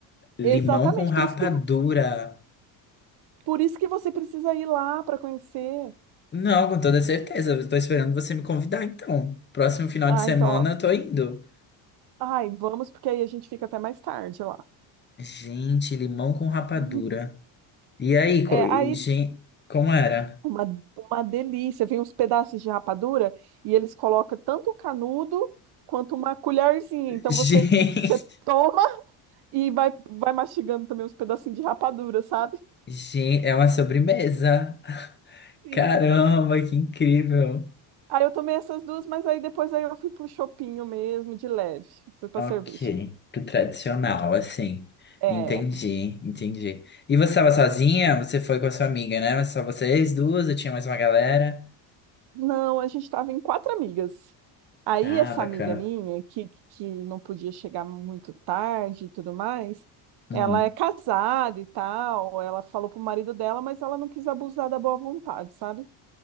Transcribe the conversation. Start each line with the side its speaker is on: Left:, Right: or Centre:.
Left: Limão
Right: Exatamente,
Left: com rapadura.
Right: por isso que, por isso que você precisa ir lá para conhecer.
Left: Não, com toda certeza. Eu tô esperando você me convidar, então. Próximo final
Right: Ah,
Left: de semana
Right: então, ó,
Left: eu tô indo.
Right: ai, vamos, porque aí a gente fica até mais tarde lá.
Left: Gente, limão com rapadura.
Right: Uhum.
Left: E aí, co...
Right: É, aí
Left: gente, como era?
Right: uma, uma delícia, vem uns pedaços de rapadura e eles colocam tanto o canudo quanto uma colherzinha. Então
Left: <laughs>
Right: você,
Left: Gente,
Right: você toma e vai, vai mastigando também uns pedacinhos de rapadura, sabe?
Left: gente, é uma sobremesa.
Right: Sim.
Left: Caramba, que incrível.
Right: Aí eu tomei essas duas, mas aí depois aí eu fui pro chopinho mesmo, de leve, fui pra
Left: Ok,
Right: cerveja.
Left: que tradicional, assim.
Right: é
Left: Entendi, entendi. E você estava sozinha? Você foi com a sua amiga, né? Só vocês duas? Ou tinha mais uma galera?
Right: Não, a gente estava em quatro amigas. Aí
Left: Ah,
Right: essa
Left: bacana.
Right: amiga minha, que, que não podia chegar muito tarde e tudo mais,
Left: Hum.
Right: ela é casada e tal, ela falou pro marido dela, mas ela não quis abusar da boa vontade, sabe?